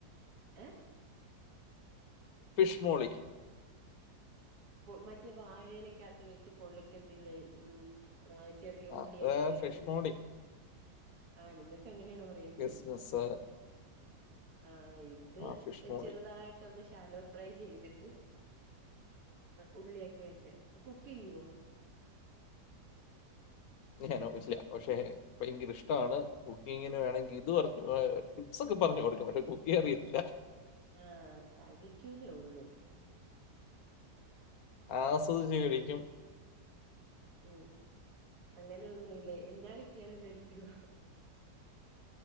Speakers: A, on the right (about 65°); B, on the left (about 65°).
A: എഹ്
B: ഫിഷ്മോളി
A: മറ്റേ വാഴയിലേക്കെ അത്ത് വെച്ച് പൊള്ളിക്കത്തില്ലേ ഉം ആ ചെറിയ
B: ആ,
A: ഉള്ളിയൊക്കെ
B: അത് ഫിഷ്
A: മം
B: മോളി
A: ആഹ് നിങ്ങൾക്ക് അങ്ങനെയാണോ പറയുന്നേ
B: ക്രിസ്മസ്
A: ആഹ് ഇത്
B: ആ ഫിഷ് മോളി
A: ചെറുതായിട്ട് ഇട്ടൊന്ന് ശാലോ ഫ്രൈ ചെയ്തിട്ട് ഉള്ളിയൊക്കെ ഇട്ട് കുക്ക് ചെയ്‌വോ
B: ഞാനോച്ചില്ല പക്ഷെ ഭയങ്കര ഇഷ്ടമാണ് കുക്കിങ്ങിന് വേണമെങ്കിൽ ഇത് പറഞ്ഞു ടി്പ്സ് ഒക്കെ പറഞ്ഞു കൊടുക്കാം പക്ഷെ കുക്കീയാൻ അറിയത്തില്ല
A: ആ ഹ് കഴിക്കുന്നേ ഉള്ളൂ
B: ആസ്വദിച്ചു കഴിക്കും
A: ഉം അങ്ങനൊന്നുമല്ലേ എന്നാ കിട്ടിയാല കയിക്കോ?